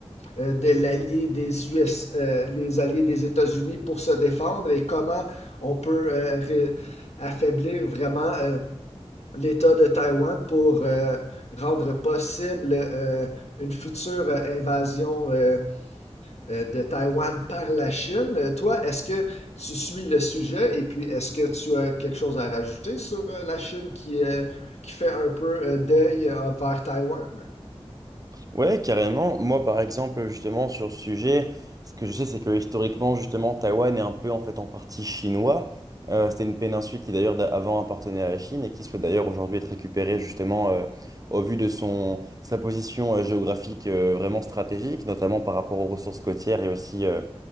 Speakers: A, on the left (about 75°); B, on the right (about 35°).
A: euh, de l'allié des US, euh, les alliés des États-Unis pour se défendre et comment on peut euh, ré- affaiblir vraiment euh, l'État de Taïwan pour euh, rendre possible euh, une future euh, invasion. euh, euh, de Taïwan par la Chine. Euh, toi, est-ce que tu suis le sujet et puis est-ce que tu as quelque chose à rajouter sur euh, la Chine qui, euh, qui fait un peu euh, deuil euh, vers Taïwan?
B: Ouais, carrément. Moi, par exemple, justement, sur le sujet, ce que je sais, c'est que historiquement, justement, Taïwan est un peu en fait en partie chinois. Euh, c'était une péninsule qui d'ailleurs d'a- avant appartenait à la Chine et qui souhaite d'ailleurs aujourd'hui être récupérée justement euh, au vu de son sa position euh, géographique euh, vraiment stratégique, notamment par rapport aux ressources côtières et aussi euh,